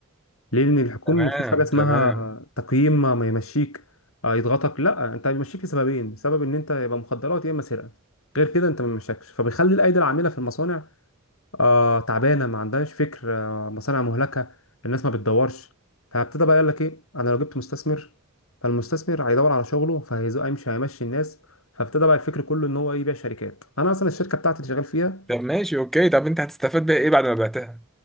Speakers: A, on the left; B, in the centre.
A: ليه لان الحكومه
B: تمام
A: ما فيهوش حاجه اسمها
B: تمام
A: تقييم ما ما يمشيك آه، يضغطك لا انت بيمشيك لسببين سبب ان انت يبقى مخدرات يا اما سرقه غير كده انت ما بيمشكش فبيخلي الايدي العامله في المصانع آه تعبانه ما عندهاش فكر آه مصانع مهلكه الناس ما بتدورش فابتدى بقى يقول لك ايه انا لو جبت مستثمر فالمستثمر هيدور على شغله فهيمشي هيمشي الناس فابتدى بقى الفكر كله ان هو إيه؟ يبيع شركات انا اصلا الشركه بتاعتي اللي شغال فيها
B: طب ماشي اوكي طب انت هتستفاد بيها ايه بعد ما بعتها؟